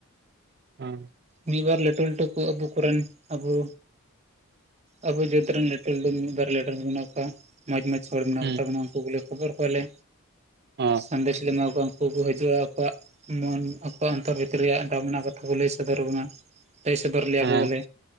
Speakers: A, on the right; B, on the right.
A: ᱦᱮᱸ
B: ᱢᱤᱫ ᱵᱟᱨ ᱞᱟᱹᱴᱩ ᱞᱟᱹᱴᱩ ᱠᱚ ᱟᱵᱩ ᱠᱚᱨᱮᱱ ᱟᱵᱩ ᱟᱵᱚ ᱡᱟᱹᱛ ᱨᱮᱱ ᱞᱟᱹᱴᱩ ᱞᱟᱹᱴᱩ ᱢᱤᱫ ᱵᱟᱨ ᱞᱮᱴᱩ ᱦᱚᱲ ᱢᱮᱱᱟᱜ ᱠᱚᱣᱟ ᱢᱚᱸᱡᱽ ᱢᱚᱸᱡᱽ ᱦᱚᱲ ᱢᱮᱱᱟᱜ
A: ᱦᱩᱸ
B: ᱠᱚᱛᱟ ᱵᱚᱱᱟ ᱩᱱᱠᱩ ᱜᱮᱞᱮ ᱠᱷᱚᱵᱚᱨ ᱠᱚᱣᱟᱞᱮ
A: ᱦᱚᱸ
B: ᱥᱟᱸᱫᱮᱥ ᱞᱮ ᱮᱢᱟ ᱠᱚᱣᱟ ᱩᱱᱠᱩ ᱠᱚ ᱦᱤᱡᱩᱜᱼᱟ ᱟᱠᱚᱣᱟᱜ ᱢᱚᱱ ᱟᱠᱚᱣᱟᱜ ᱚᱱᱛᱚᱨ ᱵᱷᱤᱛᱤᱨ ᱨᱮᱭᱟᱜ ᱫᱟᱢ ᱨᱮᱱᱟᱜ ᱠᱟᱛᱷᱟ ᱠᱚ ᱞᱟᱹᱭ ᱥᱚᱻ ᱥᱚᱫᱚᱨᱱᱟ ᱞᱟᱹᱭ ᱥᱚᱫᱚᱨ ᱞᱮᱭᱟ
A: ᱦᱮᱸ
B: ᱠᱚ ᱵᱞᱮ